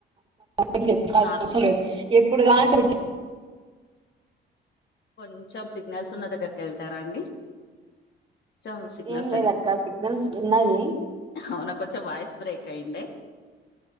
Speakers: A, on the right; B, on the left.
A: <unintelligible>
B: నాన్
A: ఎప్పుడు కానీ రిజ్
B: కొంచెం సిగ్నల్స్ ఉన్న దగ్గరికి వెళ్తారా అండి కొంచెం సిగ్నల్
A: ఏం
B: సరి
A: లేదక్క సిగ్నల్స్ ఉన్నాయి
B: అవునా కొంచెం వాయిస్ బ్రేక్ అయింది